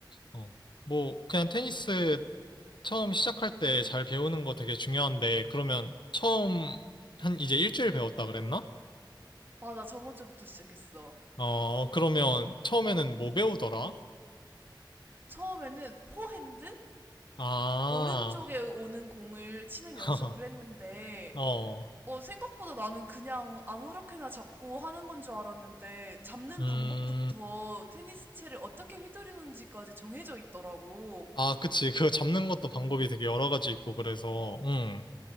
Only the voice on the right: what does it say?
맞아, 저번 주부터 시작했어.
처음에는 포핸드?
오른쪽에 오는 공을 치는
연습을 했는데
어, 생각보다 나는 그냥 아무렇게나 잡고 하는 건 줄 알았는데, 잡는
방법부터 테니스 채를 어떻게 휘두르는지까지 정해져 있더라고.